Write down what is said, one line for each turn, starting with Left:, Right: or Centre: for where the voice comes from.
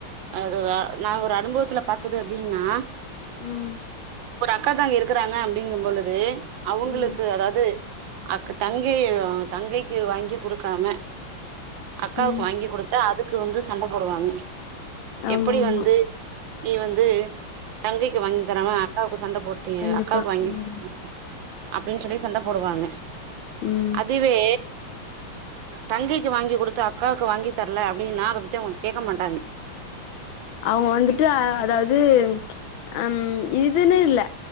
Right: அதுதா நா ஒரு அனுபவத்துல பாத்தது அப்டின்னா
Left: ம்
Right: அக்கா தங்கை இருக்கறாங்க அப்டிங்க பொழுது அவுங்களுக்கு
Left: ம்
Right: அதாவது அ தங்கை தங்கைக்கு வாங்கி குடுக்காம அக்காவுக்கு
Left: ம்
Right: வாங்கி குடுத்தா அதுக்கு வந்து சண்ட போடுவாங்க
Left: ஆமா
Right: எப்படி
Left: ஆமா
Right: வந்து நீ வந்து தங்கைக்கு வாங்கி தராம அக்காவுக்கு சண்ட போட்டு
Left: கண்டிப்பா
Right: அக்காவுக்கு வாங்கி
Left: ம்
Right: குடுக்றிங் அப்டின் சொல்லி சண்ட போடுவாங்க
Left: ம்
Right: அதுவே தங்கைக் வாங்கி குடுத்து அக்காவுக்கு வாங்கி தர்ல அப்டின்னா அத பத்தி அவுங்க கேட்க மாட்டாங்க
Left: அவுங்க வந்துட்டு அதாவது ம் இதுன்னே இல்ல